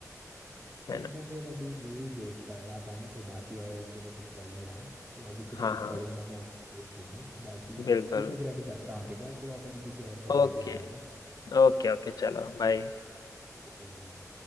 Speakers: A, on the left; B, on the right.
A: है
B: ठीक
A: ना
B: है फिर अभी यही देख पढ़ रहा था ना तो बाकी और अभी तो मैं कुछ पढ़ नहीं रहा हूँ तो अभी कुछ
A: हाँ
B: और
A: हाँ
B: पढ़ूंगा तो आपको पूछ लूंगा बाकी
A: बिल्कुल
B: ठीक है फिर अभी करता हूँ ठीक है आपको बात अभी किसी और का फ़ोन
A: ओके
B: भी आ रहा था
A: ओके ओके चलो बाय
B: चलिए बाय